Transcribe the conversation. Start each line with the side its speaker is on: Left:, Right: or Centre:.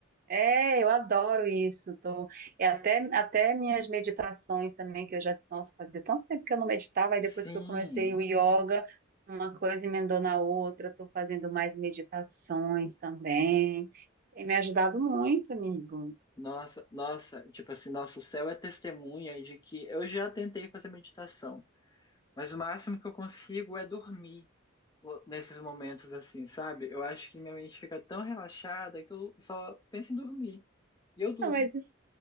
Right: É, eu adoro isso. Tô... E até, até minhas meditações também, que eu já, nossa, fazia tanto tempo que eu não meditava, e depois
Left: Sim,
Right: que eu comecei o yoga, uma coisa emendou na outra, estou fazendo mais meditações também. Tem me ajudado muito, amigo.
Left: nossa, nossa, tipo assim, nosso céu é testemunha de que eu já tentei fazer meditação, mas o máximo que eu consigo é dormir o- nesses momentos assim, sabe? Eu acho que minha mente fica tão relaxada que eu só penso em dormir. E eu durmo.
Right: Ah, mas isso,